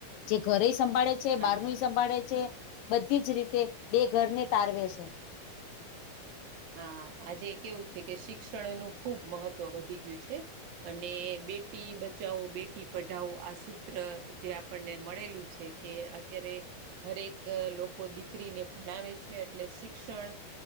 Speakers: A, on the left (about 75°); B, on the right (about 75°).
A: જે ઘરે સંભાળે છે
B: હા
A: બારનું સંભાળે છે, બધી જ રીતે બે ઘરને તારવે છે.
B: હા આજે કેવું છે, કે શિક્ષણનુંું ખુબ મહત્વ વધી ગયું છે. અને બેટી બચાવો બેટી પઢાવો આ સૂત્ર જે આપણને મળેલું છે. કે અત્યારે હરેક લોકો દીકરીને ભણાવે છે, એટલે શિક્ષણ